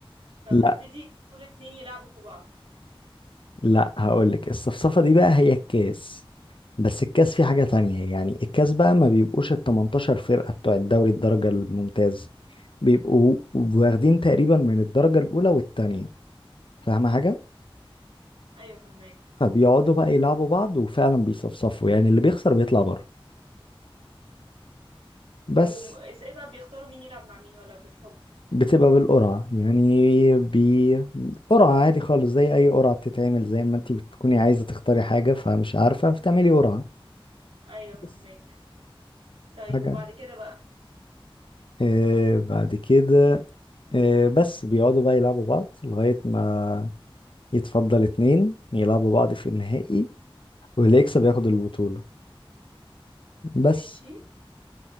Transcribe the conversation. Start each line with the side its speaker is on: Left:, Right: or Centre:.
Right: فبنبتدي
Left: لا
Right: كل اتنين يلعبوا بعض
Left: لا هقول لك الصفصفه دي بقى هي الكاس بس الكاس فيه حاجه تانية يعني الكاس بقى ما بيبقوش ال 18 فرقه بتوع الدوري الدرجه الممتاز بيبقوا واخدين تقريبا من الدرجه الاولى والتانية فاهمه حاجه
Right: ايوه فاهمك
Left: فبيقعدوا بقى يلعبوا بعض وفعلا بيصفصفوا يعني اللي بيخسر بيطلع بره
Right: طب
Left: بس
Right: وم- ازاي بقى بيختاروا مين يلعب مع مين ولا بالحب
Left: بتبقى بالقرعة يعني بقرعة عادي خالص زي أي قرعة بتتعمل زي ما انتي بتكوني عايزة تختاري حاجة فمش عارفة فتعملي قرعة
Right: ايوه فهمك
Left: بس
Right: طيب
Left: حاجة
Right: وبعد كده بقى
Left: آه بعد كده آه بس بيقعدوا بقى يلعبوا بعض لغاية ما يتفضل اتنين يلعبوا بعض في النهائي واللي يكسب ياخد البطولة بس
Right: ماشي